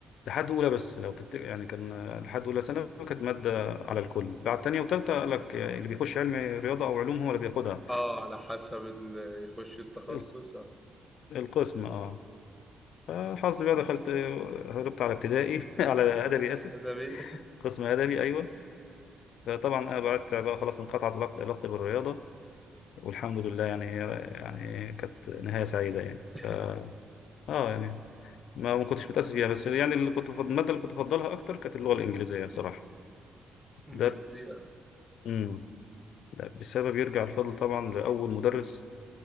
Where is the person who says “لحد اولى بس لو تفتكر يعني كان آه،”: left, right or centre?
Left